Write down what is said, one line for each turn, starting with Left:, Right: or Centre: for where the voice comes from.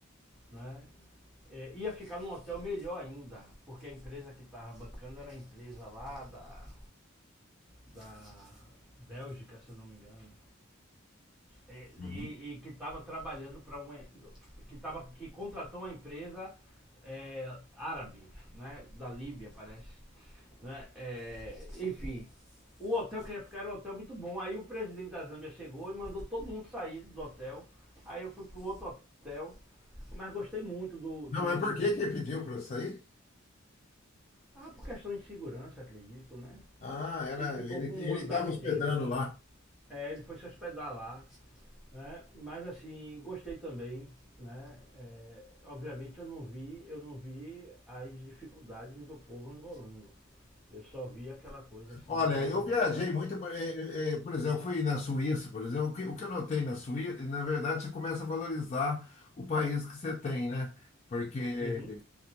Centre: né? É, ia ficar num hotel melhor ainda, porque a empresa que estava bancando era a empresa lá da, da Bélgica, se eu não me engano. É, e,
Left: Uhum.
Centre: e que estava trabalhando para uma que tava, que contratou uma empresa é, árabe, né, da Líbia parece, né? É, enfim, o hotel que ia ficar era um hotel muito bom. Aí o presidente da Zâmbia chegou e mandou todo mundo sair do hotel. Aí eu fui para o outro hotel, mas gostei muito do, do
Left: Não, mas por que que ele pediu para sair?
Centre: ah por questão de segurança acredito, né?
Left: Ah, era,
Centre: Ele ficou
Left: ele
Centre: com
Left: ele
Centre: um andar
Left: estava
Centre: inteiro
Left: hospedando lá.
Centre: É, ele foi se hospedar lá, né? Mas assim, gostei também, né? É, obviamente eu não vi, eu não vi as dificuldades do povo angolano. Eu só vi aquela coisa assim
Left: Olha,
Centre: meio.
Left: eu viajei muito, eh, eh, por exemplo, fui na Suíça, por exemplo. O que, o que eu notei na Suíça, na verdade, você começa a valorizar o país que você tem, né? Porque
Centre: Uhum.